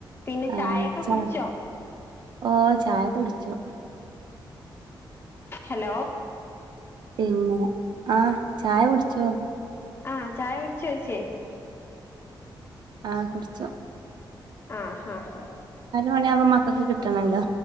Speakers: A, on the left (about 30°); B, on the right (about 60°).
A: പിന്നെ
B: ആഹ്
A: ചായൊക്കെ
B: ച
A: കുടിച്ചോ
B: ഓ ചായ കുടിച്ചോ
A: ഹലോ
B: എങ്ങനെ ആ ചായ കുടിച്ചോ
A: ആ ചായ കുടിച്ച് വച്ചേ
B: ആ കുടിച്ചോ
A: ആ ഹ ഹാ
B: മണി ആവുമ്പോ മക്കക്ക് കിട്ടണല്ലോ